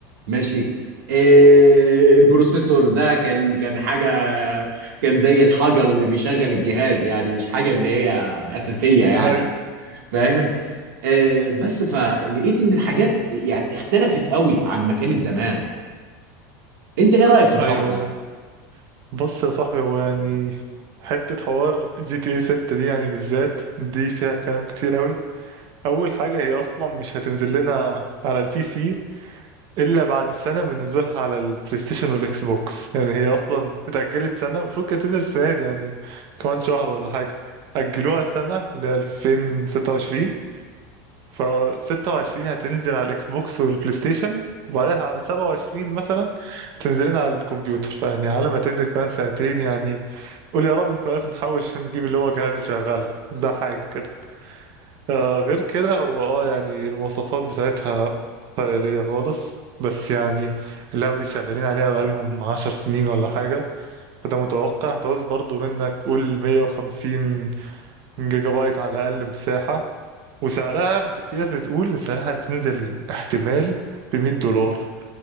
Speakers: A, on the right; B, on the right.
A: ماشي إيه البروسيسور ده كان كان حاجه كان زي الحجر اللي بيشغل الجهاز يعني مش حاجه اللي هي اساسيه يعني
B: ايوه
A: فاهم إيه بس فلقيت ان الحاجات يعني اختلفت قوي عن ما كانت زمان انت ايه رايك في الحوار
B: ايوه
A: ده
B: ايوه بص يا صاحبي هو يعني حتة حوار جي تي اي 6 دي يعني بالذات دي فيها كلام كتير أوي أول حاجة هي أصلا مش هتنزل لنا على البي سي إلا بعد سنة من نزولها على البلاي ستيشن والإكس بوكس يعني هي أصلا اتأجلت سنة المفروض كانت تنزل السنة دي يعني كمان شهر ولا حاجة أجلوها سنة ل 2026 ف 26 هتنزل على الاكس بوكس والبلاي ستيشن وبعدها على 27 مثلا تنزلين على الكمبيوتر فيعني على ما تنزل كمان سنتين يعني قول يا رب نكون عارف نحوش عشان نجيب اللي هو جهاز يشغلها ده حاجة كده آه غير كده هو اه يعني المواصفات بتاعتها خيالية خالص بس يعني اللعبة دي شغالين عليها بقالهم عشر سنين ولا حاجة فده متوقع هتعوز برضو منك قول 150 جيجا بايت على الأقل مساحة وسعرها ب- في ناس بتقول ان سعرها هتنزل احتمال ب 100 دولار